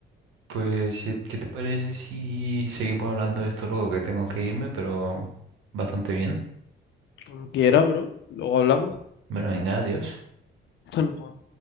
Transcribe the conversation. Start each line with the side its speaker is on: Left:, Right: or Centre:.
Right: Pues, si- ¿qué te parece si seguimos hablando de esto luego que tengo que irme, pero bastante bien?
Left: Como quiera, bro. Luego hablamos.
Right: Bueno, venga, adiós.
Left: Hasta luego.